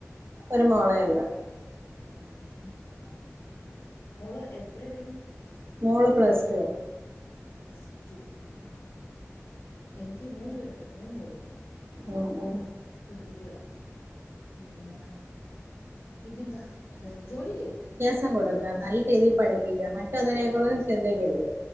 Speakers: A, on the right; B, on the left.
A: ഒരു മോളെയുള്ളൂ
B: ആല്ലെ ആഹ് ആഹ് മോള് എത്രയീ പിടീക്കുണു
A: മോള് പ്ലസ് ടുവാ
B: പ്ലസ് ടു ആഹ് ആഹ് എനിക്ക് മൂന്ന് പേരുണ്ട് മൂന്ന് മോള്
A: ഉം ഉം
B: പെൺകുട്ടികളാ പിന്നെ പിന്നെ എന്താ ജോലില്ലേ
A: സം കൊടുക്കാ നല്ല രീതിയിൽ പഠിപ്പിക്ക മറ്റൊന്നിനേം കുറിച്ച് ചിന്തിക്കരുത്